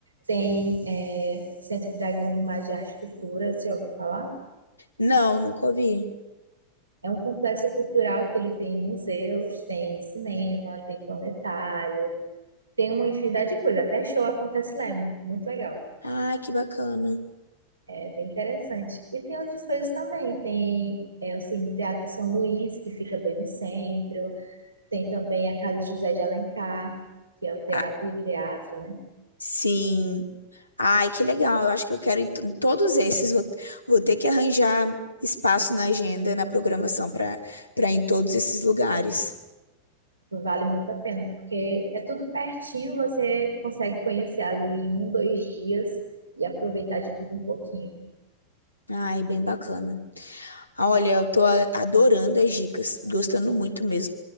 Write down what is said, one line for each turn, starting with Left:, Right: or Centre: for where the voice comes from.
Right: tem é, Centro Dragão do Mar de Arte e Cultura, se ouviu falar?
Left: Não, nunca ouvi.
Right: É um complexo cultural que ele tem museus, tem cinema, tem planetário, tem uma infinidade de coisas. Até show acontece lá, é muito legal.
Left: Ai, que bacana.
Right: É bem interessante. E tem outras coisas também. Tem é, o Cine Teatro São Luís, que fica bem no centro. Tem também a Casa José de Alencar, que é o teatro,
Left: Ah,
Right: e o teatro, né?
Left: sim. Ai, que legal. Eu acho que eu quero ir t- em todos esses. Vou, vou ter que arranjar espaço na agenda, na programação para para ir em todos esses lugares.
Right: Vale muito a pena, porque é tudo pertinho, você consegue conhecer ali em um, dois dias e aproveitar de tudo um pouquinho.
Left: Ai, bem bacana. Olha, eu tô a- adorando as dicas, gostando muito mesmo.